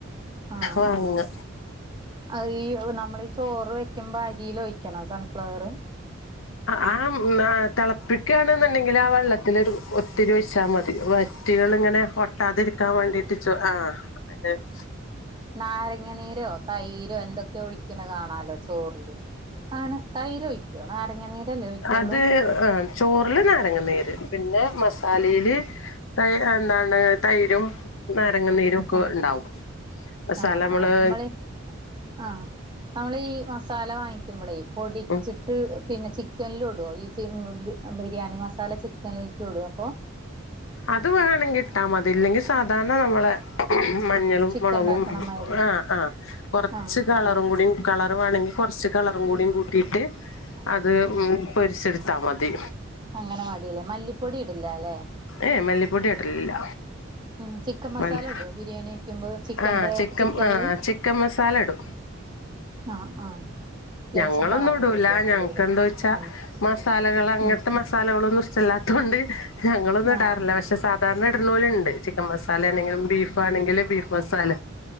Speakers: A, on the right (about 20°); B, on the left (about 75°).
A: ആഹ്
B: വാങ്ങ
A: ആജ അഈ നമ്മളീ ചോറ് വെ ക്കുമ്പോ അരീലൊഴിക്കണോ സൺഫ്ലവറ്
B: അഹ് ആഹ് മ്മാ തളപ്പിക്കാണ്ന്നുണ്ടെങ്കിൽ ആ വെള്ളത്തിലൊരു ഒത്തിരി ഒഴിച്ചാൽ മതി വ റ്റ്കള്ങ്ങനെ ഒട്ടാതിരിക്കാൻ വേണ്ടിട്ടിച്ചു ആഹ് <unintelligible>
A: നാരങ്ങനീരോ, തൈരോ, എന്തൊക്കെയോ ഒഴിക്കണ കാണാലോ ചോർല് അങ്ങനെ തൈര് ഒഴിക്കോ നാരങ്ങനീരല്ലേ ഒഴിക്കൊള്ളൂ
B: അത് ആ ചോറില് നാരങ്ങ നീര് പിന്നെ മസാലീല് തൈ എന്താണ് തൈരും നാരങ്ങനീരും ക്കെ
A: ആഹ്
B: ഉണ്ടാവും. മസാലമ്മള്
A: ആഹ് ആഹ് മ്മള് ആഹ് നമ്മൾ ഈ മസാല വാങ്ങിക്കുമ്പളേയ് പൊടിച്ചി
B: ഉം
A: ട്ട് പിന്നെ ചിക്കനിലുടുവോ ഈ ച്ചി ബിരിയാണി മസാല ചിക്കനിലേക്ക് ഇടുവോ അപ്പോ
B: അത് വേണങ്കിട്ടാ മതി ഇല്ലെങ്കി സാധാരണ നമ്മളെ മഞ്ഞളും
A: ചിക്കൻ
B: മൊളകും
A: ഇണ്ടാക്കണമാതിരി
B: ആഹ് ആഹ് കുറച്ച്
A: ആഹ്
B: കളറും കൂടി കളറ് വേണങ്കിൽ കൊർച്ച് കളറും കൂടി കൂട്ടിയിട്ട് അത് ഉം പൊരിച്ചെടു ത്താ മതി
A: അങ്ങനെ മതിലേ മല്ലിപ്പൊടി ഇടില്ല ല്ലേ
B: ഏയ് മല്ലിപ്പൊടി ഇടലില്ല
A: ഉം ചിക്കൻ മസാല
B: മല്ലി
A: ഇടുവോ ബിരിയാണി വെക്കുമ്പോ ചിക്കന്റെ,
B: ആഹ് ചിക്കൻ
A: ചിക്കനില്
B: ആഹ് ചിക്കൻ മസാല ഇടും
A: ആഹ് ആഹ് ലേശം
B: ഞങ്ങളൊന്നുഇടൂല,
A: കളറും കൂട്ടിയാ
B: ഞങ്ങക്കെന്താ
A: മതില്ലേ
B: വച്ചാ
A: ഉം
B: മസാലകളങ്ങത്തെ
A: ഉം
B: മ മസാലകളൊന്നും ഇഷ്ടല്ലാത്തോണ്ട് ഞങ്ങളൊന്നും ഇടാറില്ല.
A: ആഹ്
B: പക്ഷെ സാധാരണ ഇട്ണോല്ണ്ട് ചിക്കൻ മസാലേണെങ്കിലും ബീഫാണെങ്കില് ബീഫ് മസാല